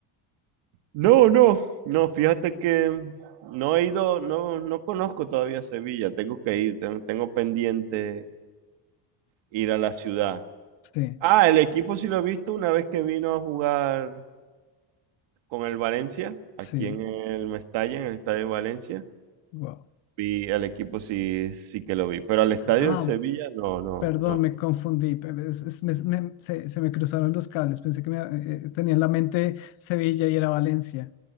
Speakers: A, on the right; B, on the left.
A: No, no, no, fíjate que no he ido, no, no conozco todavía Sevilla, tengo que ir, ten- tengo, pendiente ir a la ciudad.
B: Sí,
A: Ah, el equipo sí lo he visto una vez que vino a jugar con el Valencia,
B: sí,
A: aquí en el Mestalla, en el Estadio de Valencia,
B: wow.
A: vi el equipo sí, sí que lo vi, pero al Estadio
B: Ah,
A: del Sevilla no, no,
B: perdón,
A: no,
B: me confundí. pe- es- es- me- me- se, se me cruzaron los cables. Pensé que me, eh, eh, tenía en la mente Sevilla y era Valencia.